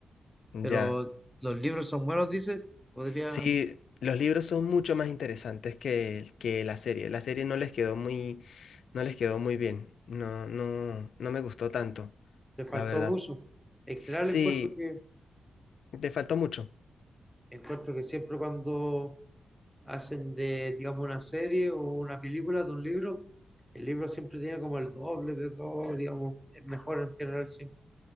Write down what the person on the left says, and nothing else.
ya.
Sí, los libros son mucho más interesantes que, que la serie. La serie no les quedó muy, no les quedó muy bien. No, no, no me gustó tanto,
la verdad.
Sí,
te faltó mucho.